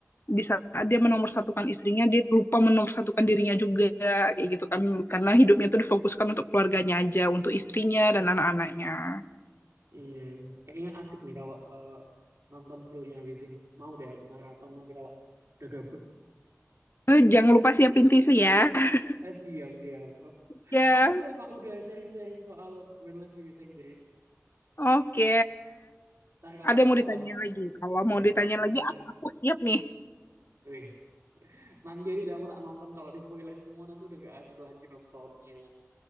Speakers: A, on the left; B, on the right.
A: Di saat dia menomorsatukan istrinya, dia lupa menomorsatukan dirinya juga kayak gitu kan karena hidupnya tuh difokuskan untuk keluarganya aja, untuk istrinya dan anak-anaknya.
B: Iya, iya. Kayaknya asik nih kalau eh, nonton fullnya habis ini. Mau deh aku maraton nanti kalau udah gabut.
A: Eh, jangan lupa siapin tisu ya. <laughs>
B: Eh, siap, siap. <laughs>
A: Ya.
B: Makasih ya Kak udah sharing-sharing soal When Life Gives You Tangerines.
A: Oke,
B: Ntar kalau,
A: ada yang mau ditanya
B: eh
A: lagi? Kalau
B: iya
A: mau ditanya
B: kalau nanti,
A: lagi, aku, aku siap nih.
B: wis. Nanti aja udah aku tak nonton kalau di spoiler semua nanti udah gak asik lagi nontonnya.